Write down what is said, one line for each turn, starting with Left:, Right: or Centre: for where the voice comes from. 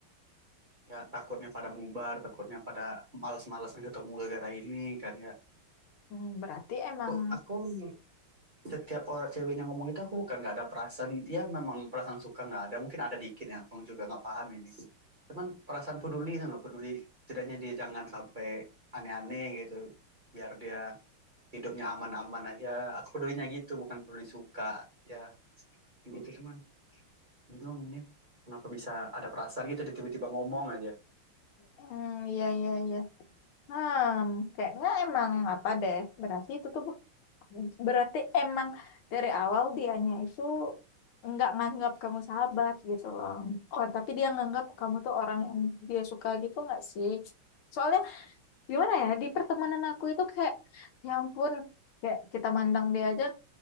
Right: Ya takutnya pada bubar, takutnya pada malas-malasan ketemu gara-gara ini kan ya.
Left: Hmm, berarti emang
Right: Kok aku setiap orang ceweknya ngomong itu aku bukan nggak ada perasaan, ya memang perasaan suka nggak ada, mungkin ada dikit ya, aku juga nggak paham ini. Cuman perasaan peduli itu nggak peduli, setidaknya dia jangan sampai aneh-aneh gitu, biar dia hidupnya aman-aman aja aku pedulinya gitu bukan peduli suka ya gitu cuman bingung ini kenapa bisa ada perasaan gitu dia tiba-tiba ngomong aja
Left: Hmm, iya iya iya. Hmm, kayaknya emang apa deh. Berarti itu tuh berarti emang dari awal dianya itu nggak nganggap kamu sahabat gitu loh. Oh, tapi dia nganggap kamu tuh orang yang dia suka gitu nggak sih? Soalnya gimana ya di pertemanan aku itu kayak ya ampun kayak kita mandang dia aja